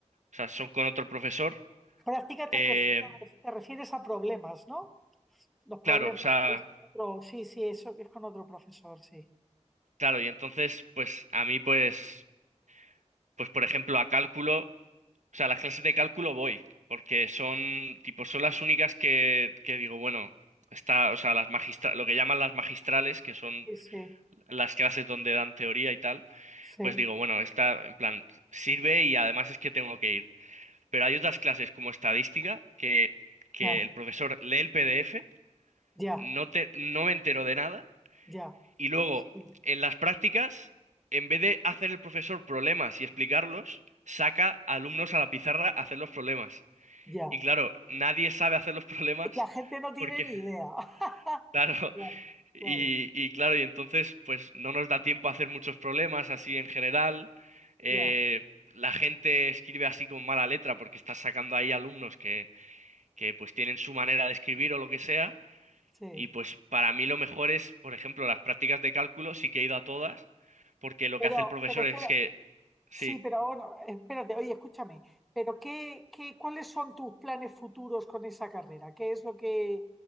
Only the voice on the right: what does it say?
sea, son con otro profesor,
eh,
claro, o sea,
Claro, y entonces, pues a mí, pues, pues por ejemplo, a cálculo, o sea, las clases de cálculo voy, porque son, tipo, son las únicas que, que digo, bueno, está, o sea, las magistra, lo que llaman las magistrales, que son
las clases donde dan teoría y tal,
pues digo, bueno, esta, en plan, sirve y además es que tengo que ir. Pero hay otras clases como estadística, que, que
el profesor lee el PDF,
no te, no me entero de nada
Y luego,
en las prácticas, en vez de hacer el profesor problemas y explicarlos, saca alumnos a la pizarra a hacer los problemas.
Y claro, nadie sabe hacer los problemas
porque,
<laughs>
claro,
y,
y claro, y entonces pues no nos da tiempo a hacer muchos problemas así en general. Eh,
la gente escribe así con mala letra porque está sacando ahí alumnos que, que pues tienen su manera de escribir o lo que sea.
Y pues para mí lo mejor es, por ejemplo, las prácticas de cálculo, sí que he ido a todas, porque lo
que hace el profesor
es que, sí,